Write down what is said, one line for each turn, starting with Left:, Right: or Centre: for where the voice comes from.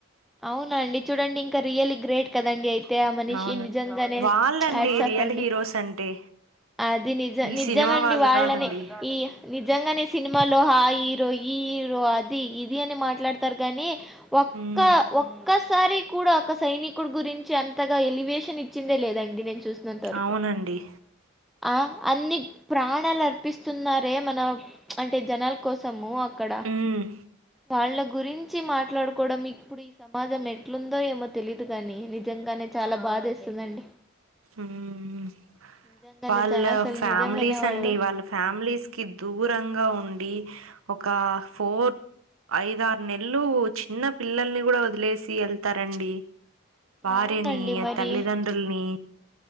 Centre: అవునా అండి చూడండి ఇంకా రియల్లి గ్రేట్ కదండి అయి తే ఆ మనిషినిజంగానే
Right: అవును వాళ్ళండి
Centre: ఆడ్సఫండి
Right: రియల్ హీరోస్ అంటే
Centre: అది నిజం
Right: ఈ
Centre: నిజమండి
Right: సినిమా వాళ్ళు
Centre: వాళ్ళనే
Right: కాదండి
Centre: ఈ నిజంగానే సినిమాలో హా ఈ హ ఈ హీరో అది ఇది అని మాట్లాడతారు కాగాని ఒక్క
Right: ఉమ్
Centre: ఒక్కసారి కూడా ఒక సైనికుడు గురించి అంతగా ఎలివేషన్ ఇచ్చిందే లేదండి నేను. చూసినంత వరకు
Right: అవునండి
Centre: అవున అన్ని ప్రాణాలు అర్పిస్తున్నారే మన అంటే జనాల కోసము అక్కడ
Right: ఉమ్
Centre: వాళ్ళ గురించి మాట్లాడుకోవడం ఇప్పుడు ఈ సమాజం ఎట్లుందో ఏమ తెలీదు కాని నిజంగానే చాలా బాద ఏస్తుందండి
Right: ఊ ఊ
Centre: నిజంగానే
Right: వాళ్ళ
Centre: చాలా అసలు
Right: ఫ్యామిలీస్
Centre: నిజంగానే వాళ్ళు
Right: అండి వాళ్ళ ఫ్యామిలీస్ కి దూరంగా ఉన్ ఇ ఒకా ఫోర్ ఐదార్ నెల్లు చిన్న పిల్లల్ని గుడా ఒదిలేసి ఎళ్తారండి వారినీ
Centre: అవునండి మరి
Right: అ తల్లిదండ్రుల్నీ